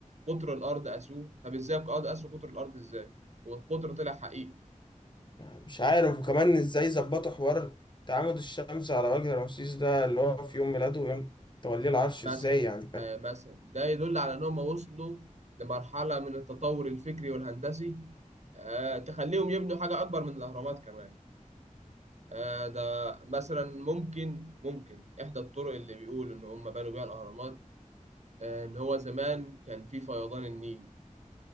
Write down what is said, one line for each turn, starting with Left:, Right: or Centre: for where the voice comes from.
Right: قطر الأرض قاسوه طب إزاي قاد- قاسوا قطر الأرض إزاي والقطر طلع حقيقي
Left: يعني مش عارف وكمان ازاي ظبطوا حوار تعامد الشمس على وجه رمسيس ده اللي هو في يوم ميلاده ويوم توليه العرش ازاي
Right: مثلا
Left: يعني فاهم
Right: آه، مثلا ده يدل على إن هم وصلوا لمرحلة من التطور الفكري والهندسي آه، تخليهم يبنوا حاجة أكبر من الأهرامات كمان آه، ده مثلا ممكن ممكن إحدى الطرق اللي بيقول إن هم بنوا بيها الأهرامات آه، إن هو زمان كان في فيضان النيل